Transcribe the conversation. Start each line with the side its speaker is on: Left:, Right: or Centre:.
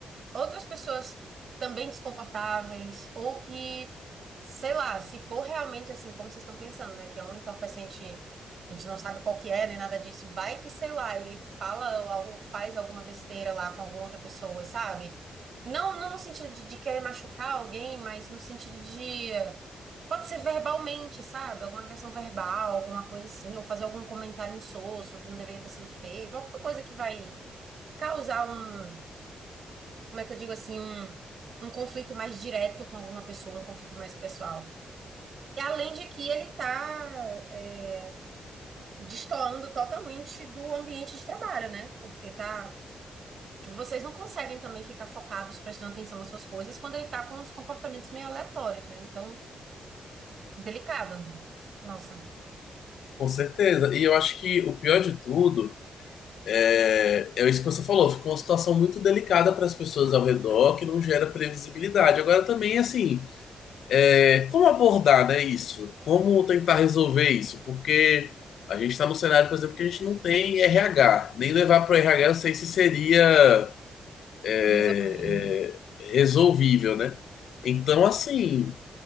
Right: outras pessoas também desconfortáveis, ou que, sei lá, se for realmente assim, como vocês estão pensando, né? Que é um entorpecente, a gente não sabe qual que é, nem nada disso, vai que, sei lá, ele fala ou faz alguma besteira lá com alguma outra pessoa, sabe? Não, não no sentido de, de querer machucar alguém, mas no sentido de Pode ser verbalmente, sabe? Alguma agressão verbal, alguma coisa assim, ou fazer algum comentário insosso que não deveria ter sido feito, alguma coisa que vai causar um, como é que eu digo assim, um, um conflito mais direto com alguma pessoa, um conflito mais pessoal. E além de que ele tá é, destoando totalmente do ambiente de trabalho, né? Porque tá, tipo, vocês não conseguem também ficar focados, prestando atenção nas suas coisas, quando ele tá com uns comportamentos meio aleatórios, né? Então, delicado. Nossa,
Left: com certeza. E eu acho que o pior de tudo é é isso que você falou, ficou uma situação muito delicada para as pessoas ao redor, que não gera previsibilidade. Agora também, assim, É, como abordar, né, isso? Como tentar resolver isso? Porque a gente está num cenário, por exemplo, que a gente não tem RH. Nem levar para o RH eu sei se seria é,
Right: resolvi.
Left: é, resolvível, né? Então, assim,